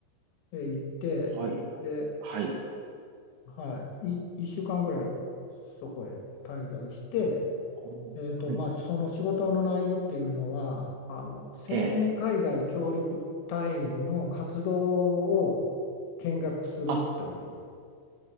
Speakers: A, on the left (about 70°); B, on the right (about 75°).
A: で、行って、
B: はい。
A: で、
B: はい。
A: はい、い、1週間ぐらいそこへ滞在して、
B: おはい。
A: えーと、まあ、その仕事の内容っていうのは、あの青年海外協力隊員の活動を見学するという、
B: ええ。あ、